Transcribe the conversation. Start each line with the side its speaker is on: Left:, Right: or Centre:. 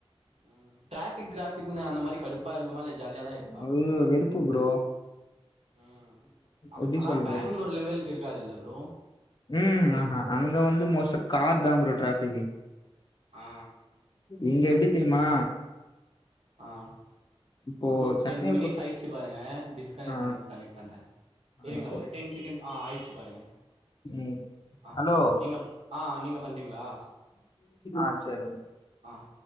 Right: ம் டாஃபிக் கிராஃபிக்னு அந்த மாரி கடுப் ப்பா இருக்குமா இல்ல ஜாலியாத இருக்கா
Left: அது வெறுப்பு ப்ரோ
Right: ம்
Left: எப்டி
Right: ஆனா
Left: சொல்றது
Right: பெங்களூர் லெவல்கு இருக்காது இல்ல ப்ரோ
Left: ம் ஆஹா அங்க வந்து மோசப் கார் தா ப்ரோ ட்ராஃப்க்கு
Right: ஆ
Left: இங்க எப்டி தெரியுமா
Right: ஆஹ்
Left: இப்போ
Right: இதோ
Left: சென்னை
Right: டென் மினிட்ஸ்
Left: பொறுத்
Right: ஆயிடுச்சு பாருங்க டிஸ்கனெட்
Left: ஆ
Right: பண்ணிக் கனெக்ட் பண்றே
Left: ஆ
Right: இருங்க
Left: சரி
Right: ஒரு டென் செகண்ட் ஆ ஆயிச்சு பாருங்க
Left: ம்
Right: ஆ
Left: ஹலோ
Right: ஓகே நீங்க ஆ நீங்க பண்றீங்களா
Left: ஆ செரி ப்ரோ
Right: ஆஹ்